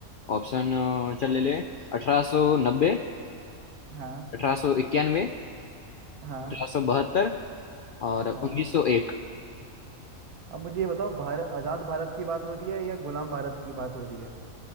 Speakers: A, on the left (about 70°); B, on the right (about 85°).
A: ऑप्शन चल ले ले अठारह सौ नब्बे
B: हाँ
A: अठारह सौ इक्यानवे
B: हाँ
A: अठारह सौ बहत्तर और उन्नीस
B: हाँ
A: सौ एक।
B: अब मुझे ये बताओ भारत आजाद भारत की बात हो रही है या गुलाम भारत की बात हो रही है